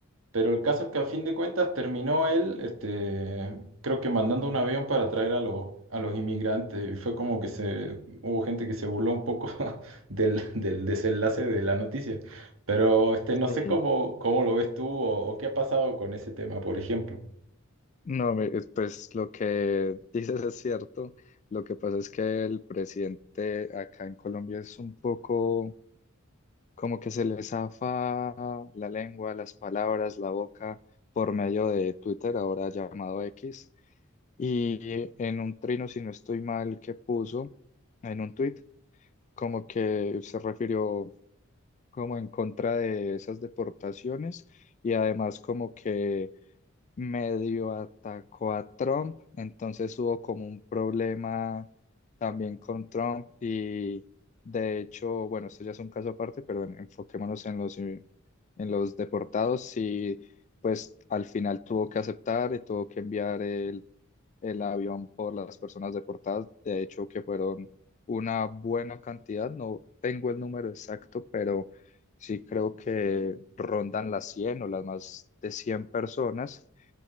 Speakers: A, on the right; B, on the left.
A: Pero el caso es que a fin de cuentas terminó él, este, creo que mandando un avión para traer a los, a los inmigrantes. Y fue como que se, hubo gente que se burló un poco <laughs> del, del desenlace de la noticia. Pero este, no
B: sí.
A: sé cómo, cómo lo ves tú o, o qué ha pasado con ese tema, por ejemplo.
B: No, me- es- pues lo que <laughs> dices es cierto. Lo que pasa es que el presidente acá en Colombia es un poco como que se le zafa la lengua, las palabras, la boca por medio de Twitter, ahora llamado X. Y en un trino, si no estoy mal, que puso en un tuit, como que se refirió como en contra de esas deportaciones y además como que medio atacó a Trump, entonces hubo como un problema también con Trump y de hecho, bueno, esto ya es un caso aparte, pero bueno, enfoquémonos en los, eh, en los deportados y pues al final tuvo que aceptar y tuvo que enviar el, el avión por las personas deportadas, de hecho que fueron una buena cantidad, no tengo el número exacto, pero sí creo que rondan las 100 o las más de 100 personas